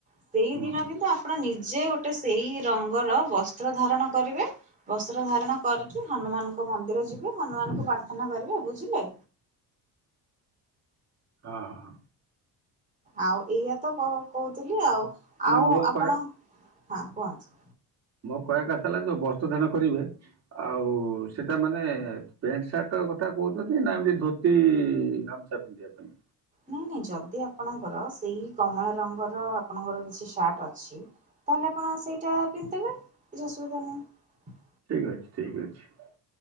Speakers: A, on the right (about 20°); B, on the right (about 40°).
A: ସେଇଦିନ
B: ହଁ
A: କିନ୍ତୁ ଆପଣ ନିଜ ଯେ ଗୋଟେ ସେଇ ରଙ୍ଗର ବସ୍ତ୍ର ଧାରଣ କରିବେ ବସ୍ତ୍ର ଧାରଣ କରିକି ହନୁମାନଙ୍କ ମନ୍ଦିର ଯିବେ ହନୁମାନଙ୍କୁ ପ୍ରାର୍ଥନା କରିବେ ବୁଝିଲେ।
B: ହଁ ହଁ।
A: ଆଉ ଏଇଆା ତ କହୁଥିଲି ଆଉ।
B: ମାନେ
A: ଆଉ
B: ମୋ
A: ଆପଣ
B: କହ
A: ହଁ କୁହନ୍ତୁ।
B: ମୋ କହିବା କଥା ହେଲା ଯୋଉ ବସ୍ତ୍ର ଧାରଣ କରିବେ ଆଉ ସେଟା ମାନେ ପ୍ୟାଣ୍ଟ ସାର୍ଟ କଥା କହୁଛନ୍ତି ନା ଏମିତି ଧୋତି ଗାମୁଁଛା ପିନ୍ଧିବା ପାଇଁ?
A: ନାଇଁ ନାଇଁ ଯଦି ଆପଣଙ୍କର ସେଇ କମଳା ରଙ୍ଗର ଆପଣଙ୍କର କିଛି ସାର୍ଟ ଅଛି ତାହଲେ ଆପଣ ସେଇଟା ପିନ୍ଧିଦେଲେ କିଛି ଅସୁବିଧା ନାହିଁ।
B: ଠିକ ଅଛି ଠିକ ଅଛି।